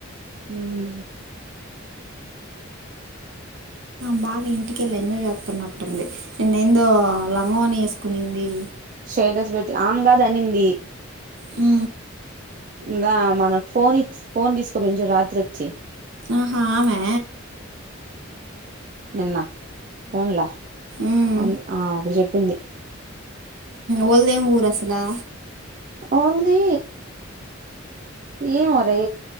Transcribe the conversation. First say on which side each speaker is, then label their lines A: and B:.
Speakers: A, on the right; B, on the right.
A: హుహ్
B: బాగా ఇంటికెళ్ళి ఎంజాయ్ చేస్తున్నట్టుంది. నిన్న ఎందో లంగా ఓని ఏసు కొనింది.
A: స్టేటస్ పెట్టి ఆమ కాదు అనింది.
B: హు
A: గా మన ఫోన్ ఇచ్ ఫోన్ తీసుకపోయింది చూడు రాత్రి అచ్చి.
B: ఆహా ఆమే
A: నిన్నా ఫోన్లా
B: ఉమ్,
A: అ ఆమె చెప్పింది.
B: వళ్ళదేం ఊరు అసలా.
A: వాళ్ది ఏమోరే